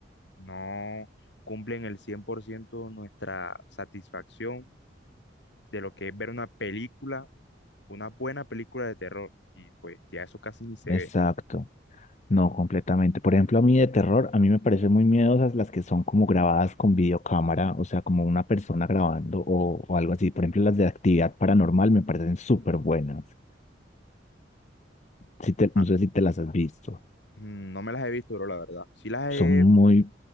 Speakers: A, on the left; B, on the left.
A: no cumplen el 100% nuestra satisfacción de lo que es ver una película, una buena película de terror y pues ya eso casi ni se
B: Exacto.
A: ve.
B: No, completamente. Por ejemplo, a mí de terror, a mí me parecen muy miedosas las que son como grabadas con videocámara, o sea, como una persona grabando o, o algo así. Por ejemplo, las de actividad paranormal me parecen súper buenas. Si te,
A: Ah,
B: no sé si te las has visto.
A: mm, no me las he visto, bro, la verdad. Sí las
B: Son
A: he,
B: muy,